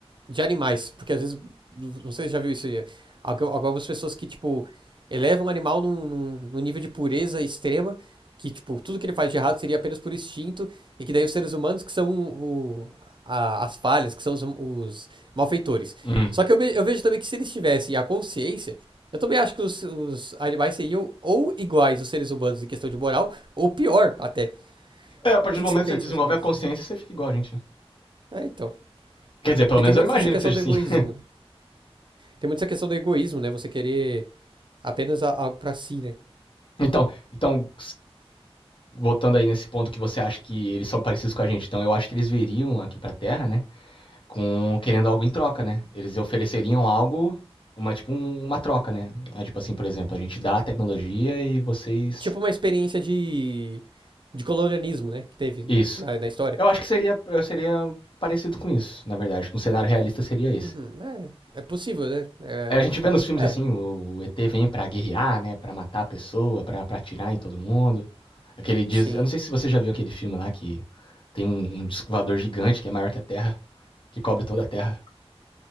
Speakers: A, on the right; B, on the left.
A: de animais, porque às vezes, não sei se já viu isso aí, algu- algumas pessoas que, tipo, elevam o animal num, num- num nível de pureza extrema, que, tipo, tudo que ele faz de errado seria apenas por instinto, e que daí os seres humanos que são o- a- as falhas, que são os, os malfeitores.
B: Hum.
A: Só que eu, ve- eu vejo também que se eles tivessem a consciência, eu também acho que os, os animais seriam ou iguais aos seres humanos em questão de moral, ou pior até.
B: é, a partir
A: O que
B: do
A: que
B: momento
A: você pensa
B: que você desenvolve
A: sobre
B: a
A: isso?
B: consciência, você fica igual a gente, né?
A: É, então.
B: Quer dizer, pelo
A: Porque
B: menos
A: tem muito
B: eu imagino
A: essa questão
B: que seja
A: do
B: assim.
A: egoísmo,
B: <laughs>
A: né? Tem muito essa questão do egoísmo, né? Você querer apenas a- algo pra si, né?
B: Então, então. Voltando aí nesse ponto que você acha que eles são parecidos com a gente, então eu acho que eles viriam aqui pra Terra, né? com querendo algo em troca, né? Eles ofereceriam algo, uma tipo um- uma troca, né? Ah, tipo assim, por exemplo, a gente dá a tecnologia e vocês
A: Tipo uma experiência de, de colonialismo, né? Que teve
B: isso.
A: na, na história.
B: Eu acho que seria eu seria parecido com isso, na verdade. Um cenário realista seria esse.
A: Uhum, é, é possível, né? É,
B: É, a gente vê nos filmes
A: é,
B: assim, o, o ET vem pra guerrear, né, Pra matar a pessoa, pra pra atirar em todo mundo. Aquele diz,
A: sim.
B: eu não sei se você já viu aquele filme lá que tem um, um disco voador gigante que é maior que a Terra, que cobre toda a Terra.